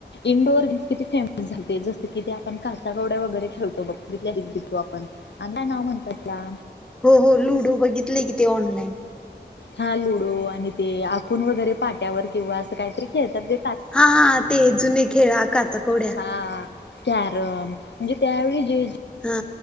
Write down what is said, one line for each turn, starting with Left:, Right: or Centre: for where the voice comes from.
Left: इंडोअर गेम् किती फेमस झालते, जस कि ते आपण काचा कवड्या वगैरे खेळतो बघ. <unintelligible> आपण अण्णा ना म्हणतस क?
Centre: हो हो लुडो बघितले, कि ते ऑनलाइन,
Left: हा लुडो आणि ते आकून वगैरे पाट्यावर किंवा असं काहीतरी खेळतात ग
Centre: हा हा, ते जुने खेळ आ काचाकोड्या.
Left: हा कॅरम म्हणजे त्यावेळी जे जे
Centre: हा